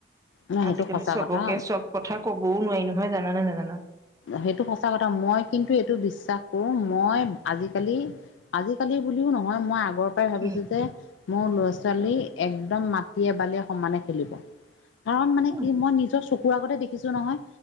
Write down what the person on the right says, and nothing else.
আজিকালি
চবকে
চব কথা কবওঁ নোৱাৰি নহয় জানানে নাজানা
উম।
উম